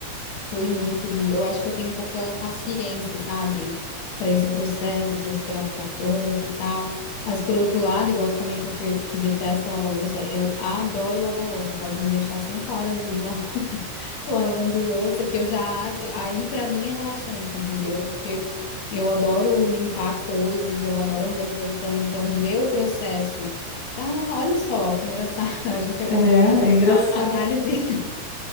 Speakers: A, on the left; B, on the left.
A: foi muito do. Eu acho que eu tenho pouca paciência, sabe? Para esse processo, para esperar ficar pronto e tal. Mas por outro lado, igual tu comentou que, que detesta lavar louça, eu adoro lavar louça. Pode me deixar cinco horas ali lavar, <laughs> lavando louça, que eu já. Aí para mim é relaxante, entendeu? Porque eu adoro limpar coisas, eu adoro organização. Então, ver o processo. Tá, olha só que engraçado. <laughs> A gente acabou
B: É,
A: de fazer
B: é engraçado.
A: uma análise